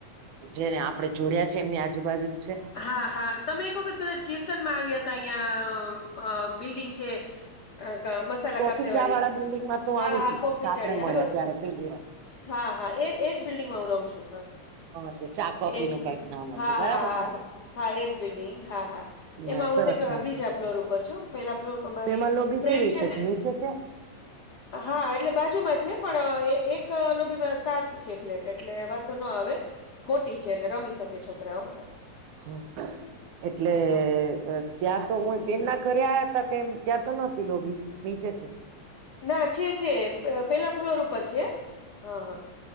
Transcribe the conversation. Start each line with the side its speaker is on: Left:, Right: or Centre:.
Right: જેને આપડણે જોડયા છે એમની આજુબાજુ જ છે.
Left: હા હા તમે એક વખત કદાચ કીર્તનમાં આવ્યા હતા અહિયાયા બિલ્ડિંગ છે. અ મસાલા
Right: કોફી
Left: કાફે
Right: ચા
Left: વાળડી
Right: વાળા બિલ્ડિંગમાં તો આવી
Left: હા
Right: હતી
Left: હા કોફી
Right: તો આપડે
Left: ચાડીી
Right: મળ્યા
Left: હા બ.
Right: ત્યારે પેલી વાર
Left: હા હા એજ એજ બિલ્ડિંગમાં હું રહું છું હા. એજ
Right: હા તો ચા કોફી નું કઈક
Left: બ
Right: નામ
Left: હા
Right: હતું બરાબર
Left: હા હા
Right: ને
Left: હા એજ બિલ્ડિંગ હા હા.
Right: ના
Left: એમાં હું
Right: સરસ
Left: છે
Right: હા
Left: બીજ ફ્લોર ઉપર છું પહેલા ફ્લોર મારી
Right: તો એમાં લોબી
Left: ફ્રેન્ડ
Right: કેવી રીતે
Left: છે. ને
Right: નીચે છે.
Left: હા એટલે બાજુમાં છે પણ એક લોબીમાં સાત છે ફ્લેટ એટલે આવે મોટી છે એટલે રમી શકે છોકરાઓ
Right: હ એટલે
Left: હા
Right: ત્યાં તો હું બેન ના ઘરે આયા હતા તેમ ત્યાં તો નહોતી લોબી નીચે છે.
Left: ના છે છે પહેલા ફ્લોર ઉપર છે હા હા